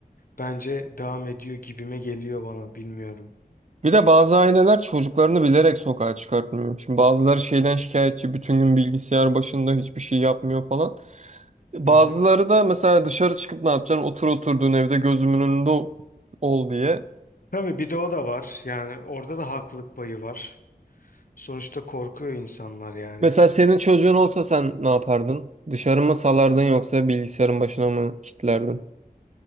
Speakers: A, on the left; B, on the right.
A: bence devam ediyor gibime geliyor bana bilmiyorum.
B: Bir de bazı aileler çocuklarını bilerek sokağa çıkartmıyor. Şimdi bazıları şeyden şikayetçi, bütün gün bilgisayar başında hiçbir şey yapmıyor falan. Bazıları
A: Hı hı.
B: da mesela dışarı çıkıp ne yapacaksın? Otur oturduğun evde gözümün önünde ol, ol diye.
A: Tabii bir de o da var. Yani orada da haklılık payı var. Sonuçta korkuyor insanlar yani.
B: Mesela senin çocuğun olsa sen ne yapardın? Dışarı mı salardın yoksa bilgisayarın başına mı kilitlerdin?